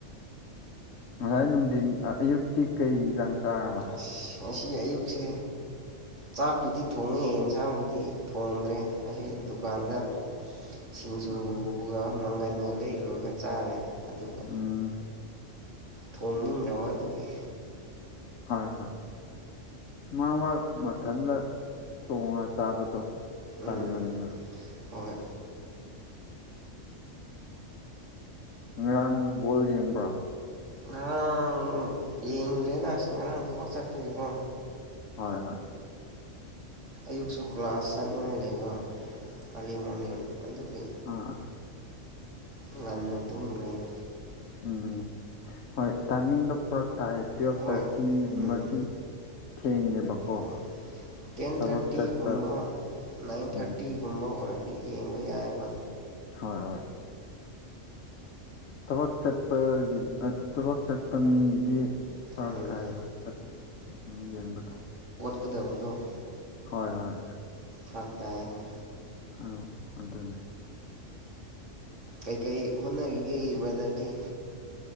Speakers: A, on the left (about 80°); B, on the right (about 70°).
A: ꯉꯁꯥꯏ ꯅꯨꯡꯊꯤꯟ ꯑꯌꯨꯛꯇꯤ ꯀꯩ ꯆꯥꯡ ꯆꯥꯔꯕ
B: ꯑꯁ ꯉꯁꯤ ꯑꯌꯨꯛꯁꯦ ꯆꯥꯛꯄꯨꯗꯤ ꯊꯣꯡꯉꯦ ꯌꯦꯟꯁꯥꯡꯕꯨꯗꯤ ꯊꯣꯡꯗ꯭ꯔꯦ ꯑꯁꯤ ꯗꯨꯀꯥꯟꯗ ꯁꯤꯡꯖꯨꯒ
A: ꯑꯥ
B: ꯃꯪꯒꯟꯒ ꯂꯩꯔꯨꯔꯒ ꯆꯥꯔꯦ ꯑꯗꯨꯒ
A: ꯎꯝ
B: ꯊꯣꯡꯅꯤꯡꯗꯕ ꯑꯗꯨꯒꯤ
A: ꯍꯣꯏ ꯍꯣꯏ ꯃꯥ ꯃꯥ ꯃꯊꯟꯗ ꯇꯣꯡꯉꯒ ꯆꯥꯕꯗꯣ
B: ꯎꯝ
A: ꯇꯟ ꯃꯅꯤꯕ
B: ꯍꯣꯏ
A: ꯉꯔꯥꯡ ꯕꯣꯜ ꯌꯦꯡꯕ꯭ꯔꯥ
B: ꯉꯔꯥꯡ ꯌꯦꯡꯗ꯭ꯔꯦꯗꯁ ꯉꯔꯥꯡ ꯊꯕꯛ ꯆꯠꯄꯒꯤꯦꯀꯣ
A: ꯍꯣꯏ ꯍꯣꯏ
B: ꯑꯌꯨꯛꯁꯨ ꯀ꯭ꯂꯥꯁ ꯆꯠꯅꯤꯡꯉꯥꯏ ꯂꯩꯕ ꯑꯥꯔꯂꯤ ꯃꯣꯔꯅꯤꯡ ꯑꯗꯨꯒꯤ꯫
A: ꯎꯝ
B: ꯉꯟꯅ ꯇꯨꯝꯈꯩꯅ
A: ꯎꯝꯝ ꯍꯣꯏ ꯇꯥꯏꯃꯤꯡꯗꯣ ꯄꯨꯔꯛ ꯊꯥꯏ ꯇꯨꯋꯦꯜꯐ
B: ꯍꯣꯏ
A: ꯊꯥꯔꯇꯤꯒꯨꯝꯕꯗꯤ
B: ꯎꯝ
A: ꯊꯦꯡꯉꯦꯕꯀꯣ
B: ꯍꯣꯏ ꯇꯦꯟ
A: ꯊꯕꯛ
B: ꯊꯥꯔꯇꯤꯒꯨꯝꯕ
A: ꯆꯠꯄ
B: ꯅꯥꯏꯟ ꯊꯥꯔꯇꯤꯒꯨꯝꯕ
A: ꯎꯝ
B: ꯑꯣꯏꯔꯗꯤ ꯌꯦꯡꯕ ꯌꯥꯏꯑꯕ꯫
A: ꯍꯣꯏ ꯍꯣꯏ ꯊꯕꯛ ꯆꯠꯄꯒꯤ ꯊꯕꯛ ꯆꯠꯄ ꯃꯤꯒꯤꯗꯤ꯫ ꯐꯔꯛ
B: ꯎꯝ
A: ꯊꯥꯏꯌꯦꯕꯠ ꯎꯝ ꯌꯦꯡꯕꯗꯣ
B: ꯀꯗꯧꯗꯣ
A: ꯍꯣꯏ ꯍꯣꯏ
B: ꯐꯔꯛ ꯇꯥꯏꯕ
A: ꯎꯝ ꯑꯗꯨꯅꯤ ꯫
B: ꯀꯩꯀꯔꯤ ꯍꯣꯠꯅꯔꯤꯒꯦ ꯕ꯭ꯔꯗꯔꯗꯤ꯫